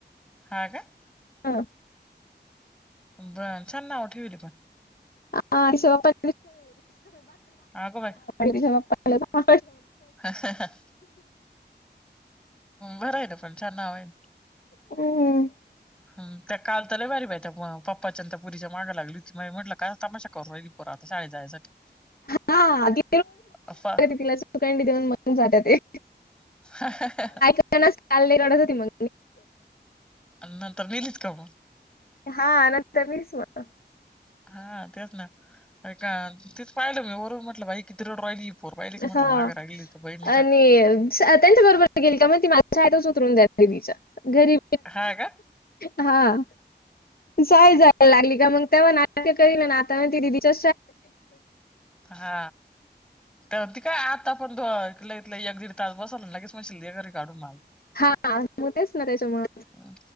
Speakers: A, in the centre; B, on the left.
A: ह का
B: हा
A: बण छान नाव ठेवली पण
B: ह रष बाप्पा
A: अगं बाई
B: दृ्यापा
A: हा ह ह बरं आहे ना पण छान नाव आहे
B: हम्
A: हम त्या काल तरलाय बारी बाई त्या पप्पा चनंदतापुरीच्या माग लागली ती म्हटलं का करय रिपोरा आता शाळे जाण्यासाठी
B: हा ति
A: अफवा
B: तिला सुखंडी देऊन मणून जात ते
A: ह
B: त्यांनाचाल काढत होती मग
A: नंतर निलित काव
B: हा नंतर मच मणा
A: हा तेच ना ऐ का तेच पाहिलं मी वरून म्हटलं बाई किती रड राॉहिली पोर बाहिले का म्हटलं
B: हा
A: माग राहिली तर बहिणीच्या
B: आणि त्यांच्या बरोबर गेली का मग ती माझच उतरून द्याच्या घरी
A: हां का?
B: हा जाय जायला लागली का मग त्याव नाक कर ना ना आता ना ते दिदीच्या
A: हा तर त काय आता पणऐलं इथलं एक दीड तास बस गेच मरी काढून मल
B: हा मू तेच ना त्याच्या म
A: हं,